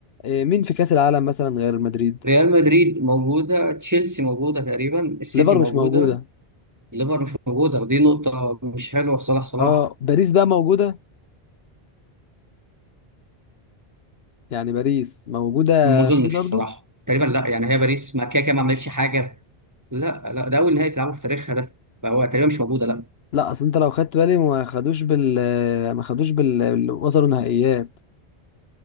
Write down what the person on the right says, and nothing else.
ريال مدريد موجودة تشيلسي موجودة تقريبا السيتي
موجودة
الليفر مش موجودة دي نقطة مش حلوة في صلاح صلاح
ما أظنش
صراحة تقريبا لا يعني هي باريس ما كده كده ما عملتش حاجة لا لا ده أول نهائي تلعبه في تاريخها ده فهو تقريبا مش موجودة لا